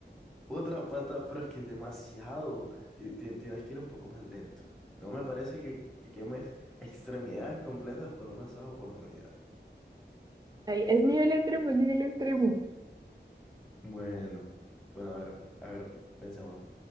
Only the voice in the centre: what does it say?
Otra pata, pero es que es demasiado. Ti- ti- Tienes que ir un poco más lento. No me parece que, que quemes extremidades completas por una sola oportunidad.
Bueno, bueno, a ver, a ver, pensemos.